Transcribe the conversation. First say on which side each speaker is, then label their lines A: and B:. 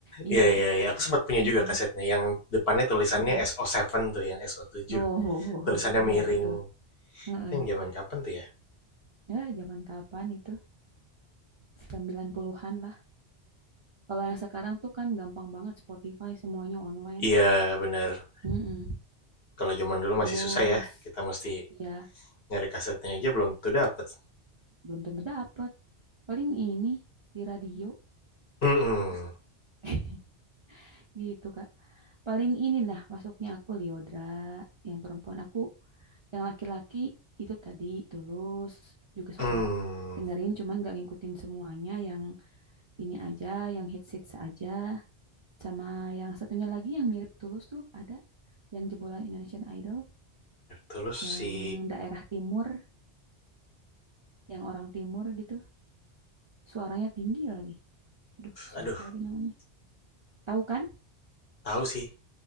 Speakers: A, on the right; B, on the left.
A: iya
B: iya iya iya, aku sempat punya
A: mm-mm,
B: juga kasetnya yang depannya tulisannya
A: mm-mm.
B: s o tujuh tuh, yang s o tujuh
A: oh ho, ho,
B: Tulisannya
A: ho. iya
B: miring,
A: betul Heeh.
B: Yang zaman kapan tuh ya?
A: Ya, zaman kapan itu 90-an lah kalau yang sekarang tuh kan gampang banget Spotify semuanya online
B: Iya benar.
A: Mm-mm.
B: kalau zaman dulu
A: terus
B: masih susah ya, kita mesti
A: ya
B: nyari kasetnya aja belum tentu dapat.
A: belum tentu dapet paling ini di radio
B: Hmm
A: <laughs> gitu Kak. Paling ini lah masuknya aku Liodra, yang perempuan aku, yang laki-laki itu tadi Tulus juga
B: hmm.
A: suka dengerin, cuman gak ngikutin semuanya. Yang ini aja, yang hits-hits aja, sama yang satunya lagi yang mirip Tulus tuh ada yang jebolan Indonesian Idol,
B: Terus
A: yang
B: si
A: daerah timur, yang orang timur gitu, suaranya tinggi lagi. Aduh, siapa
B: aduh
A: lagi namanya? Tahu kan?
B: tahu sih,